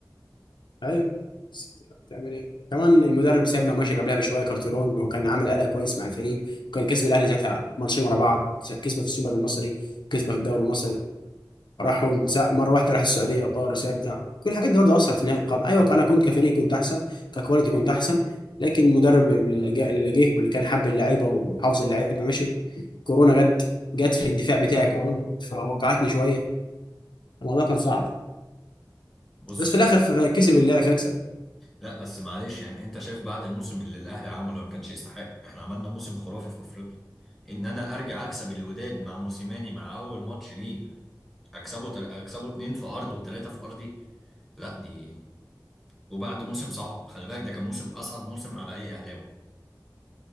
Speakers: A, on the left; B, in the centre.
A: ايوه بس تعمل ايه كمان المدرب سابنا ومشى قبلها بشويه كارتيرون وكان عامل اداء كويس مع الفريق وكان كسب الاهلي ساعتها ماتشين ورا بعض كسبه في السوبر المصري كسبه في الدوري المصري راحوا نسا- مره واحده راح السعوديه وطار وسابنا كل الحاجات دي برضه اثرت في نهايه القرن ايوه انا كنت كفريق كنت احسن ككواليتي كنت احسن لكن المدرب اللي جا- اللي جه واللي كان حب اللعيبه وحافظ اللعيبه ماشي كورونا جت جت في الدفاع بتاعي كمان فوجعتني شويه الموضوع كان صعب
B: بص
A: بس في الاخر ف- كسب اللاعب يكسب
B: لا بس معلش يعني انت شايف بعد الموسم اللي الاهلي عمله ما كانش يستحق احنا عملنا موسم خرافي في افريقيا ان انا ارجع اكسب الوداد مع موسيماني مع اول ماتش ليه اكسبه تل... اكسبه اتنين في ارضه وتلاته في ارضي لا دي وبعد موسم صعب خلي بالك ده كان موسم اصعب موسم على اي اهلاوي